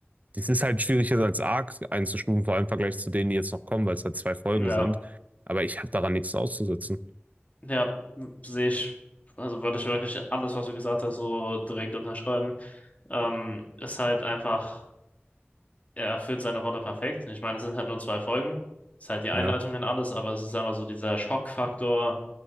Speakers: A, on the right; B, on the left.
A: das ist halt schwierig, jetzt als Arc einzustufen, vor allem im Vergleich zu denen, die jetzt noch kommen, weil es halt zwei Folgen
B: Ja,
A: sind. Aber ich habe daran nichts auszusetzen.
B: ja, sehe ich. Also würde ich wirklich alles, was du gesagt hast, so direkt unterschreiben. Ähm, ist halt einfach, er erfüllt seine Rolle perfekt. Ich meine, es sind halt nur zwei Folgen. Ist halt die Einleitung
A: Ja,
B: in alles, aber es ist einfach so dieser Schockfaktor,